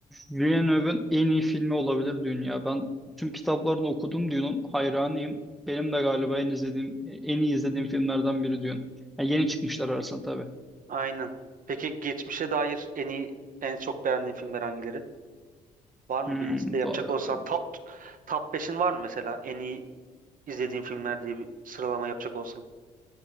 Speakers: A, in the centre; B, on the right.
A: Villeneuve'ın en iyi filmi olabilir dünya. Ben tüm kitaplarını okudum Dune'un. Hayranıyım. Benim de galiba en izlediğim, en iyi izlediğim filmlerden biri Dune. Yani yeni çıkmışlar arasında tabii.
B: Aynen. Peki geçmişe dair en iyi, en çok beğendiğin filmler hangileri? Var mı
A: Hmm,
B: bir liste yapacak
A: va-
B: olsan top, top 5'in var mı mesela en iyi izlediğin filmler diye bir sıralama yapacak olsan?